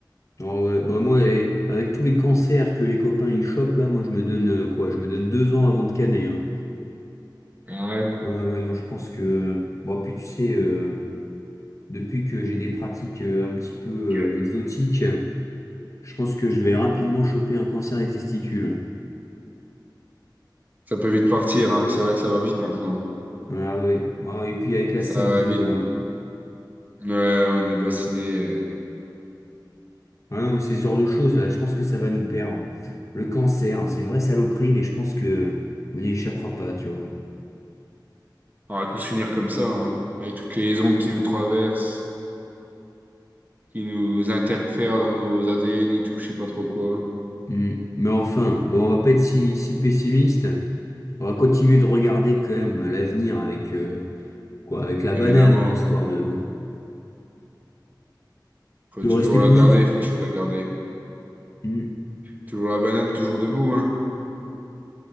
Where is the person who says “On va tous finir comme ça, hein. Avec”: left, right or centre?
Right